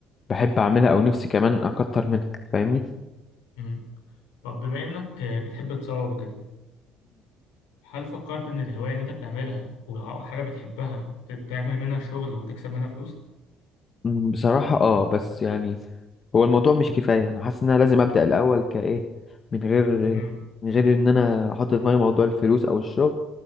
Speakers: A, on the left; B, on the left.
A: بحب اعملها او نفسي كمان اكتر منها فاهمني؟
B: أمم. طب بما انك آه، بتحب تصور وكده هل فكرت ان الهوايه اللي انت بتعملها وحاجه بتحبها تعمل منها شغل وتكسب منها فلوس؟
A: مم، بصراحة اه بس يعني هو الموضوع مش كفاية انا حاسس ان انا لازم ابدأ الاول كايه من غير
B: أمم.
A: من غير ان انا احط في دماغي موضوع الفلوس او الشغل